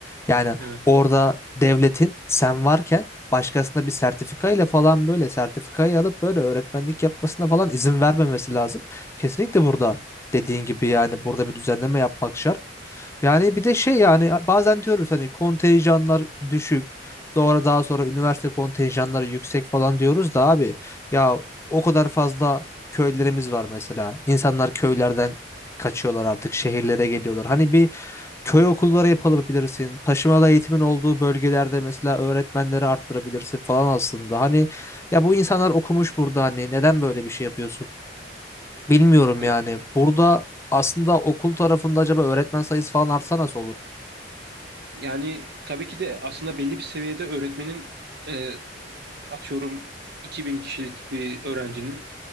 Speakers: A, on the left; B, on the right.
A: Yani
B: Evet.
A: orada devletin sen varken başkasına bir sertifikayla falan böyle sertifikayı alıp böyle öğretmenlik yapmasına falan izin vermemesi lazım. Kesinlikle burada. Dediğin gibi yani burada bir düzenleme yapmak şart. Yani bir de şey yani bazen diyoruz hani kontenjanlar düşük. Sonra daha sonra üniversite kontenjanları yüksek falan diyoruz da abi ya o kadar fazla köylerimiz var mesela. İnsanlar köylerden kaçıyorlar artık şehirlere geliyorlar. Hani bir köy okulları yapabilirsin. Taşımalı eğitimin olduğu bölgelerde mesela öğretmenleri arttırabilirsin falan aslında. Hani ya bu insanlar okumuş burada hani neden böyle bir şey yapıyorsun? Bilmiyorum
B: Evet.
A: yani. Burada aslında okul tarafında acaba öğretmen sayısı falan artsa nasıl olur?
B: Yani tabii ki de aslında belli bir seviyede öğretmenin e, atıyorum 2000 kişilik bir öğrencinin